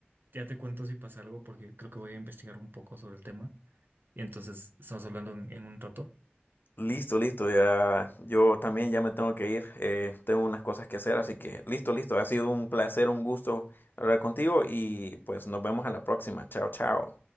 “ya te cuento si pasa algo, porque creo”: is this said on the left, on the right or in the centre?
Right